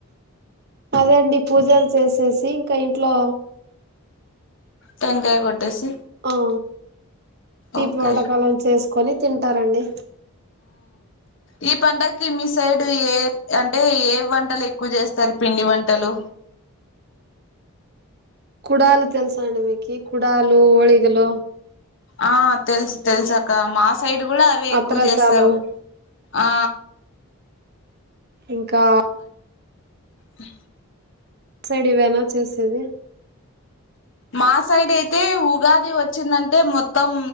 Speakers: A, on the right; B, on the left.
A: అదేండి పూజలు చేసేసి ఇంకా ఇంట్లో
B: టంకాయ కొట్టేసి
A: అ తీపి
B: ఓకే
A: వంటకాలం చేసి కొని తింటారండి
B: ఈ పంటకి మీ సైడ్ ఏ అంటే ఏ వంటలు ఎక్కువ చేస్తారు పిండి వంటలు
A: కుడాలు తెల్సా అండమీకి కుడాలు హోళిగలు
B: ఆ తెలుసు తెలుసాక్క మా సైడ్ కూడా అవే ఎక్కువ
A: అత్రసాలు
B: చేస్తారు ఆ
A: ఇంకా
B: ఆ
A: సైడ్ ఇవేనా చేసేది
B: మా సైడ్ అయితే ఉగాది వచ్చిందంటే మొత్ మొత్తం